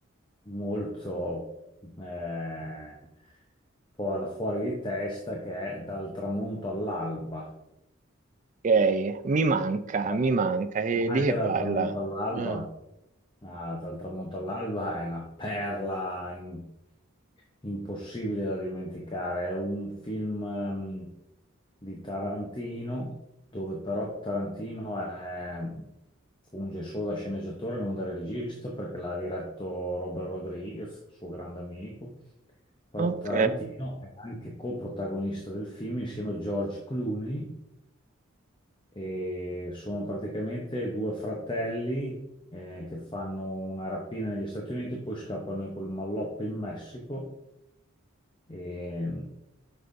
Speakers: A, on the left (about 25°); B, on the right (about 35°).
A: molto eh, fu- fuori di testa, che è Dal tramonto all'alba.
B: Ok, mi manca,
A: Eh,
B: mi manca. E
A: Ma
B: di
A: anche
B: che
A: dal
B: parla?
A: tramonto all'alba.
B: Ah,
A: Ah, dal tramonto all'alba è una perla im- impossibile da dimenticare. È un film ehm, di Tarantino, dove però Tarantino è- funge solo da sceneggiatore, non da regista, perché l'ha diretto Robert Rodriguez, suo grande amico. Però
B: ok.
A: Tarantino è anche coprotagonista del film insieme a George Clooney e sono praticamente due fratelli eh, che fanno una rapina negli Stati Uniti, poi scappano col malloppo in Messico e,